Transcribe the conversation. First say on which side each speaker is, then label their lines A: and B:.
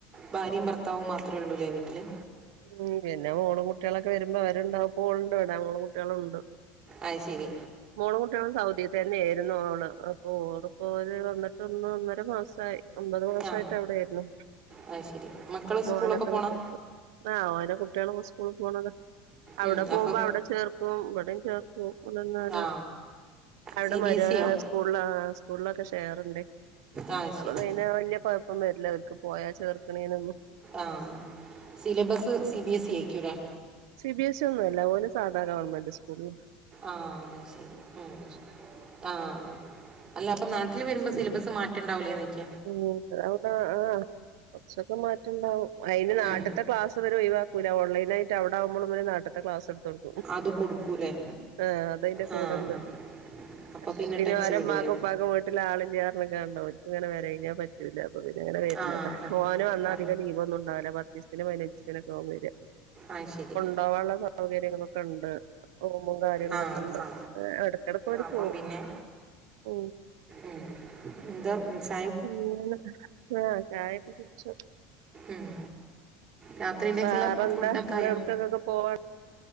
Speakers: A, on the right; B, on the right.
A: ഭാര്യ ഭർത്താവും മാത്രള്ളൂല്ലേ വീട്ടില്
B: ഉം പിന്നെ മോളും കുട്ടിളൊക്കെ വരുമ്പോ അവരുണ്ടാവും ഇപ്പൊ ഓള്ണ്ട് ഇവടെ മോളും കുട്ടികളുംണ്ട്
A: അയ്ശരി
B: മോളും കുട്ട്യാളും സൗദീ തന്നേര് ന്നോള് അപ്പൊ ഓള് പോര് വന്ന്ട്ട് ഒന്നര മാസമായി. ഒമ്പത് മാസായ്ട്ട്
A: ആ
B: അവിടയാര്ന്ന്,
A: അത് ശരി മക്കൾ
B: മോനൊക്കെനിക്ണോട്ത്.
A: സ്കൂളൊക്കെ പോണോ
B: ആഹ് ഓരെ കുട്ട്യാള് സ്കൂള് പോണത. അവ്ടെ
A: ഉം,
B: പോകുമ്പോ
A: അപ്പം
B: അവടെ ചേർക്കും ഇവടേം ചേർക്കും ഇവിടെന്നാല്.
A: ആ
B: അവ്ടെ
A: സി
B: മരോനാ
A: ബി എസ് സിയോ
B: സ്കൂൾല് സ്കൂളൾലൊക്കെ ഷെയറ്ണ്ടേ.
A: ആ
B: അപ്പൊ
A: ശരി
B: പിന്നെ വല്യ കൊഴ്പ്പം വരൂലോർക്ക് പോയാ ചേർക്ക്ണീനൊന്നും.
A: ആഹ്, syllabus C B S E ആയ്ക്കൂ ലേ.
B: സി ബി എസ് ഇ ഒന്നൊല്ല ഓല് സാധാ ഗവൺമെന്റ് സ്കൂൾലാ.
A: ആഹാ ശെരി ഉം ആഹ് ആഹ് അല്ലപ്പൊ നാട്ട് ട്ടില് വരുമ്പൊ സിലബസ് മാറ്റണ്ടാവൂലേനോയ്ക.
B: ഉം അവ്ടെ ആഹ് കൊർച്ചൊക്കെ മാറ്റണ്ടാവും അയ്ന് നാട്ട്ത്തെ
A: ഉം,
B: ക്ലാസ്. ഇവര് ഒഴിവാക്കൂല ഓൺലൈനായ്ട്ട് അവിടാ കുമ്പളും ഇവര് നാട്ട്ത്തെ ക്ലസ്ട് ത്തോട്ക്കും,
A: അത് കൊടുക്കൂലേ
B: ആഹ് അതയ്ന്റെ
A: ആ
B: കൂടെണ്ട്.
A: ആ അപ്പം
B: ആഹ് പിന്നെ
A: ടച്ച്
B: ഓരെമ്മാകുംഉപ്പാകും
A: വിടൂല
B: വീട്ടില്ആളില്ലാനർഞ്കാണ്ട് ഓര്ക്ങ്ങനെ വരായ്ഞ്ഞാപറ്റ് റ്റൂല്ല അപ്പപിന്നെങനെവര്ന്നത്,
A: ആ ആ
B: ഓന് വന്നാധികം
A: ആ
B: ലീവൊന്നുംണ്ടാവില്ല പത്തീസ്ത്തിന് പതിനഞ്ചീസ്തിനൊക്കാവും വെര.
A: ആയ്ശെരി.
B: ണ്ടാവാന്ള്ള സൗകര്യങ്ങളൊക്കെ ഇണ്ട്. റൂമും കാര്യങ്ങളൊക്കെണ്ട്,
A: ആ ആ
B: എടക്കിടക്ക് ഓര്
A: അപ്പം
B: പോകും.
A: പിന്നെ
B: ഉം
A: ഉം എന്താ വി
B: അങ്ങനെ ആഹ് ചായൊക്കെ കുടിച്ച്.
A: ഉം. രാത്രിയിലേക്കുള്ള
B: വേറെന്താ
A: ഫുഡൊക്കെ
B: ഇന്ന്
A: ആയോ
B: എവ്ട്ക്കൊക്കെ പോവാ